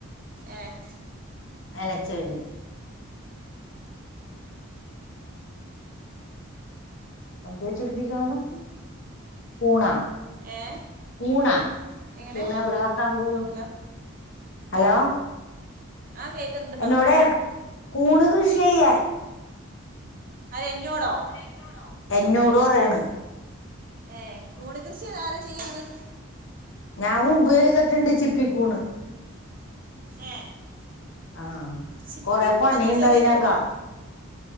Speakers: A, on the right; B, on the left.
A: ഏഹ്
B: അലച്ചെടി എന്തോചെടിപ്പിക്കാനാ കൂണ
A: ഏ
B: കൂണാ
A: എങ്ങനെ
B: കൂണ് എവിടെ വെക്കാം കൂണു
A: ഹലോ
B: ഹലോ
A: ആഹ് കേക്ക്ന്ന്
B: എന്നോടാ കൂണ് കൃഷി ചെയ്യാൻ
A: അരെ ഇഞ്ഞോടോ
B: എന്നോടോ എന്നോട് പറയാണ്
A: ഏ കൂണ് കൃഷിയതാരാ ചെയ്യ്ണ്
B: ഞാൻ മുമ്പ് ചെയ്തിട്ടുണ്ട് ചിപ്പിക്കൂണ്
A: ഏ
B: ആഹ്
A: ചിപ്പിക്കൂണെന്ന്
B: കൊറെ പണി ഇണ്ടതിനൊക്കാ
A: ചെറിയ കൂണോ